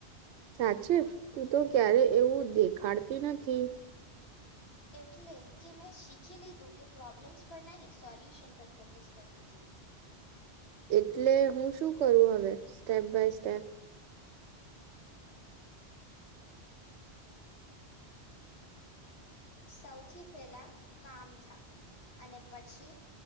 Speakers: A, on the right; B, on the left.
A: સાચુ? તું તો ક્યારે એવું દેખાડતી નથી.
B: એટલે કે મેં શીખી લીધું કે પ્રોબ્લેમ્સ પર નહીં સોલ્યુશન પર ફોકસ કરવું જોઈએ.
A: એટલે હું શું કરું હવે સ્ટેપ બાય સ્ટેપ?
B: સૌથી પહેલા કામ થા અને પછી